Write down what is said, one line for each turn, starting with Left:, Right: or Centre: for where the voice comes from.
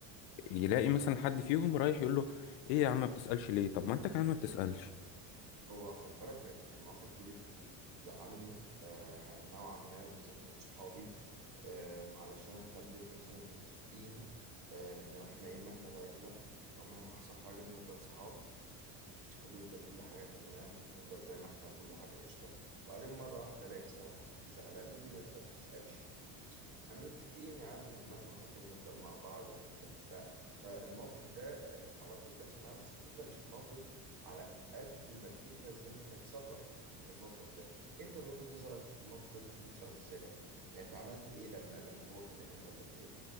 Left: يلاقي مثلا حد فيهم رايح يقول له ايه يا عم ما بتسألش ليه طب ما انت كمان ما بتسألش
Right: هو خد بالك ال- المواقف دي بت بت بتزعلني آه نوعا ما وبالذات من صحابي آه علشان احنا بنبقى مثلا متفقين آه ان احنا ايه مهما بعدنا او مهما حصل حاجة بنفضل صحاب وبيفضل كل حاجة تمام وبنفضل زي ما احنا وكل حاجة قشطة وبعدين مرة واحدة ألاقي مثلا واحد صاحبي زعلان ويقول لي ما أنت بتسألش أنا متفقين يا عم إن مهما حصل هنفضل مع بعض وهنفضل بتاع فالموقف ده آه، على طول بيحصل معايا بس الفكرة مش في الموقف على قد ما الفكرة إزاي هنتصرف في الموقف ده أنت من وجهة نظرك في الموقف ده المفروض نتصرف إزاي بقى؟ يعني أنت عملت إيه لما لما هو كلمك وقال لك كده؟